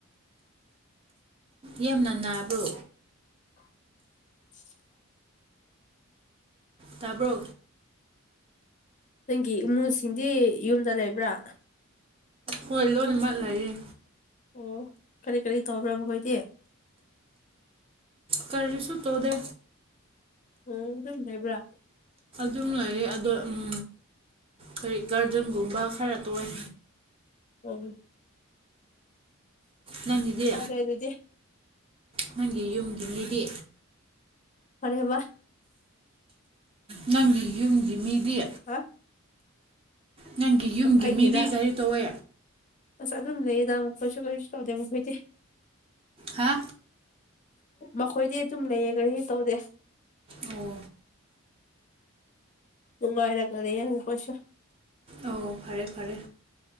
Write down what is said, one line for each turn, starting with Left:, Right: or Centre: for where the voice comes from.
Right: ꯌꯥꯝꯅ ꯅꯥꯕ꯭ꯔꯣ
Left: <inaudible>
Right: ꯇꯥꯕ꯭ꯔꯣ
Left: ꯅꯪꯒꯤ ꯏꯃꯨꯡꯁꯤꯡꯗꯤ ꯌꯨꯝꯗ ꯂꯩꯕ꯭ꯔꯥ
Right: ꯍꯣꯏ ꯂꯣꯏꯅ ꯃꯜꯂꯌꯦꯦ
Left: ꯑꯣ ꯀꯔꯤ ꯀꯔꯤ ꯇꯧꯕ꯭ꯔꯕꯈꯣꯏꯗꯤ
Right: ꯀꯔꯤꯁꯨ ꯇꯣꯗ
Left: ꯑ ꯑꯗꯨꯝ ꯅꯥꯏꯕ꯭ꯔꯥ
Right: ꯑꯗꯨꯝ ꯂꯩꯔ ꯑꯗꯣ ꯎꯝ ꯀꯔꯤꯛ ꯒꯥꯔꯗꯦꯟꯒꯨꯝꯕ ꯈꯔ ꯇ ꯑꯣꯏ
Left: ꯎꯝ
Right: ꯅꯪꯒꯤꯗꯤ
Left: ꯑꯗ ꯑꯗꯨꯗꯤ
Right: ꯅꯪꯒꯤ ꯌꯨꯝꯒꯤ ꯃꯤꯗꯤ
Left: ꯐꯔꯦꯕ
Right: ꯅꯪꯒꯤ ꯌꯨꯝꯒꯤ ꯃꯤꯗꯤ
Left: ꯍꯥ
Right: ꯅꯪꯒꯤ ꯌꯨꯝꯒꯤ
Left: ꯑꯩꯒꯤꯔ
Right: ꯃꯤꯗꯤ ꯀꯔꯤ ꯇꯧꯋꯦ
Left: ꯑꯁ ꯑꯗꯨꯝ ꯂꯩꯌꯦꯗ ꯑꯃꯨꯛ ꯀꯁꯨ ꯀꯩꯁꯨ ꯇꯧꯗꯦ ꯑꯃꯨꯛ ꯍꯣꯏꯗꯤ
Right: ꯍꯥ
Left: ꯃꯈꯣꯏꯗꯤ ꯑꯗꯨꯝ ꯂꯩꯌꯦ ꯀꯔꯤ ꯇꯧꯗꯦ
Right: ꯑꯣ
Left: ꯃꯅꯨꯡꯉꯥꯏꯔ ꯀꯗ ꯌꯥꯅ ꯀꯁ
Right: ꯑ ꯐꯔꯦ ꯐꯔꯦ